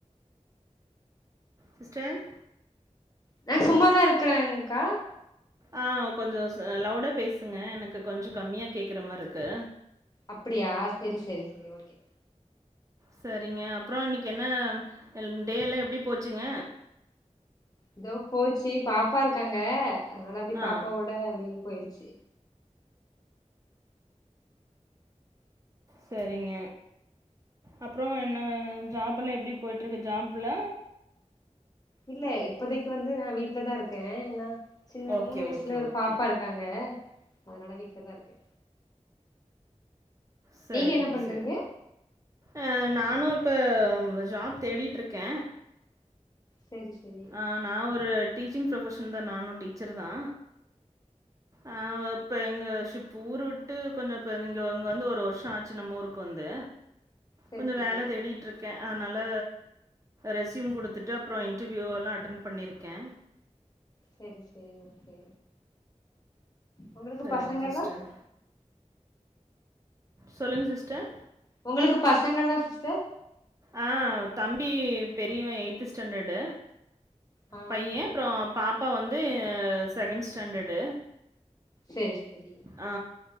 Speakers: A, on the right; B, on the left.
A: சிஸ்டர்
B: நா சும்மாதா இருக்குறேக்கா
A: ஆ கொஞ்சோ ச லவுடா பேசுங்க எனக்கு கொஞ்சோ கம்மியா கேக்கற மார்ருக்கு
B: அப்படியா செரி செரி செரி ஓகே
A: சரிங்க அப்பறோ இன்னக்கி என்ன டேலா எப்டி போச்சுங்க
B: எதோ போச்சு பாப்பா இருக்காங்க அதுனால அப்டி
A: ஆ
B: பாப்பாவோட அப்டியே போய்றுச்சு
A: சரிங்க அப்பறோ என்ன ஜாபெல்லா எப்டி போயிட்ருக்கு ஜாபுல
B: இல்ல இப்போதைக்கு வந்து நா வீட்ல தா இருக்கே ஏனா சின்ன
A: ஓகே
B: மூணு வயசுல
A: ஓகே
B: ஒரு
A: ஓகே
B: பாப்பா இருக்காங்க ல்ல அதுனால வீட்ல தா இருக்கே
A: சரிங்க
B: நீங்க என்ன பண்றீங்க
A: சரி அ நானு இப்ப ஜாப் தேடிட்ருக்கே
B: சேரி சரி
A: அ நா ஒரு டீச்சிங் ப்ரொஃபெஷன் தா நானு டீச்சர் தா ஆ வப் இப்ப எங்க ஷிப் ஊரு விட்டு கொஞ்சோ இப்ப இங்க இங்க வந்து ஒரு வருஷோ ஆச்சு நம்ம ஊருக்கு வந்து
B: செரி
A: கொஞ்சோ
B: செரி
A: வேல தேடி ட்ருக்கே அதுனால ரெஸ்யூம் குடுத்துட்டு அப்றோ இன்டர்வியூவல்லா அட்டன் பண்ணிருக்கே
B: சரி சரி ஓகே ஒங்களுக்கு
A: சரிங்க
B: பசங்கல்லா
A: சிஸ்டர். சொல்லுங்க சிஸ்டர்
B: ஒங்களுக்கு பசங்கள்லா சிஸ்டர்
A: அ தம்பி பெரியவே எய்த்து ஸ்டாண்டடு
B: ஆ
A: பையே அப்பறோ பாப்பா வந்து செகேண்டு ஸ்டாண்டடு
B: சரி சரி
A: ஆ